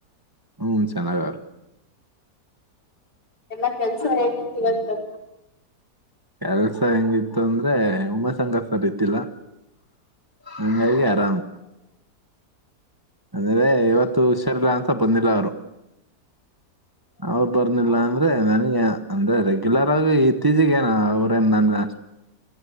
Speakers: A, on the right; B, on the left.
A: ಹ್ಮ್ ಸನಾಗಾರ
B: ಎಲ್ಲಾ ಕೆಲ್ಸ ಹೇತಿತ್ತು ಇವತ್ತು
A: ಕೆಲ್ಸ ಹೆಂಗಿತ್ತು ಅಂದ್ರೆ ಉಮಾಶಕರ್ ಸರ್ ಇತಿಲ್ಲ ನಿಂಗ ಕೇರಾಮ ಅಂದ್ರೆ ಇವತ್ತು ಹುಷಾರಲ್ಲಾ ಅಂತ ಬಂದಿಲ್ಲ ಅವರು ಅವ್ರು ಬರ್ಂದಿಲ್ಲ ಅಂದ್ರ ಅದೇ ನನಗೆ ಅಂದ್ರೆ ರೆಗ್ಯುಲರ್ ಆಗಿ ಇತ್ತೀಚಗ ಏನ ಅವ್ರೇನ್ ನ